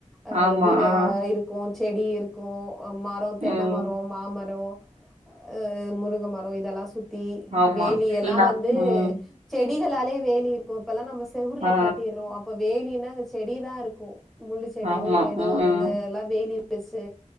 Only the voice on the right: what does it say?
ஆமா.
ஆ.
ம்.
ஆமா.
ஃபுல்லா.
ம்.
ஆ.
ஆமா.
ம்.